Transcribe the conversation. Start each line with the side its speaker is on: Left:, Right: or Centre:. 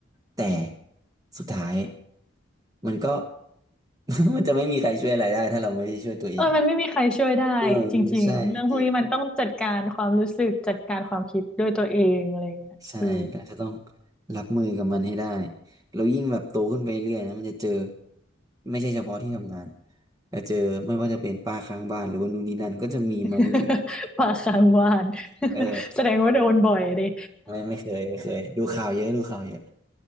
Right: แต่สุดท้ายมันก็ <laughs> มันจะไม่มีใครช่วยอะไรได้ถ้าเราไม่ได้ช่วยตัวเอง
Centre: เออมันไม่มีใครช่วยได้จริงๆ
Right: เออใช่จริง
Centre: เรื่องพวกนี้มันต้องจัดการความรู้สึกจัดการความคิดด้วยตัวเองอะไรเงี้ยเออ
Right: ใช่เราจะต้องรับมือกับมันให้ได้ เรายิ่งแบบโตขึ้นไปเรื่อยนะมันจะเจอไม่ใช่เฉพาะที่ทำงานแต่เจอไม่ว่าจะเป็นป้าข้างบ้านหรือว่านู่นนี่นั่นก็จะมีมาเรื่อย
Centre: <laughs> ปากค้างวาน
Right: ๆเออ
Centre: <laughs> แสดงว่าโดนบ่อยดิ
Right: ไม่ไม่เคยไม่เคยดูข่าวเยอะดูข่าวเยอะ